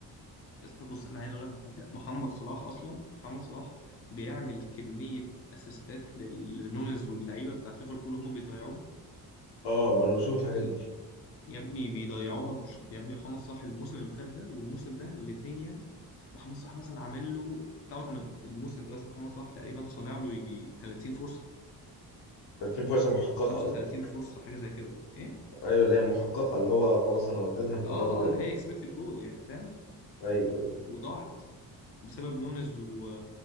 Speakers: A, on the left; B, on the left.
A: يا اسطى بص أنا عايز أقول لك على حاجة محمد صلاح أصلا محمد صلاح بيعمل كمية أسيستات لل- لنونيز واللعيبة بتاعت ليفربول وهم بيضيعوها
B: اه ما انا بشوف
A: بشكل
B: الحاجات دي
A: يا ابني بيضيعوها بش... يا ابني محمد صلاح الموسم اللي فات ده والموسم ده الاتنين يعني محمد صلاح مثلا عامل له تعرف إن الموسم ده بس محمد صلاح تقريبا صانع له يجي 30 فرصة
B: تكليم فرصه محققه
A: أو 35
B: قصدك
A: فرصة حاجة زي كده إيه؟
B: ايوه اللي هي محققه اللي هو خلاص انا وديتك انفراد
A: اه
B: روح
A: اه اللي هي
B: بقى
A: اكسبكتد جول يعني فاهم
B: ايوه ايوه
A: وضاعت بسبب نونز و...